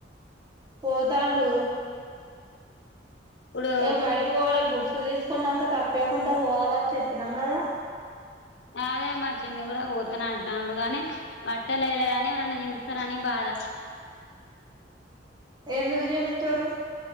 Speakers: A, on the right; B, on the left.
A: పోతాండు
B: ఇప్పుడు
A: ఇగ బయ ఇగబోడ బుక్స్ తీసుకున్నంక తప్పియకుంట పోవాలన్ చెప్పినం గదా
B: అదే మా చిన్ని గూడ పోతనంటండు గనీ వట్టలేయలేదని ఎవరన్న చింపుంతరని బాధ
A: ఎందుకు జింపుతరు.